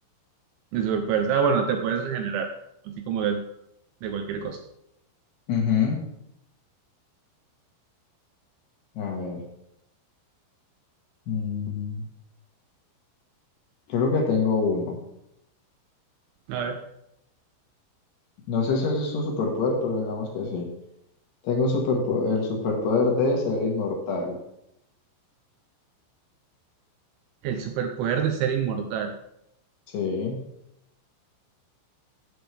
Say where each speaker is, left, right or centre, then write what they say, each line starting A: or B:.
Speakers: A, on the right; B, on the left.
A: de superpoderes. Ah, bueno, te puedes regenerar, así como de, de cualquier cosa.
B: Ujú. A ver. mm, creo que tengo uno.
A: A ver,
B: No sé si es un superpoder, pero digamos que sí. Tengo superpo- el superpoder de ser inmortal.
A: el superpoder de ser inmortal.
B: Sí.